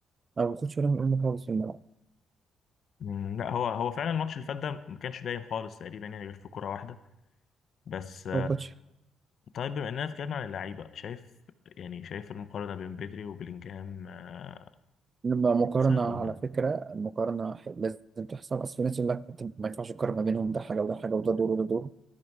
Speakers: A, on the right; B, on the left.
A: أنا ما باخدش بالي من أولمو خالص في الملعب
B: مم، لا هو هو فعلا الماتش اللي فات ده ما كانش باين خالص تقريبا يعني غير في كرة واحدة بس
A: هو كوتش
B: طيب بما اننا اتكلمنا عن اللعيبه شايف يعني شايف المقارنه بين بدري وبلينجهام آه،
A: لما مقارنة
B: كويسه ولا
A: على فكرة المقارنة ح- لازم تحصل أصل الناس يقول لك أنت ما ينفعش تقارن ما بينهم ده حاجة وده حاجة وده دور وده دور